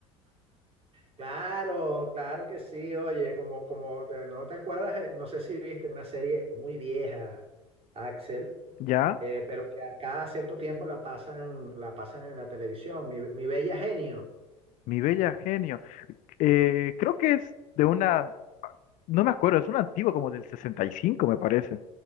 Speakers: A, on the right; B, on the left.
A: Claro, claro que sí. Oye, como, como eh, no te acuerdas, eh, no sé si viste una serie muy vieja, Axel,
B: Ya,
A: eh, pero que a cada cierto tiempo la pasan, la pasan en la televisión. Mi, Mi Bella Genio.
B: mi bella genio. Eh, creo que es de una, no me acuerdo, es una antigua como del 65, me parece.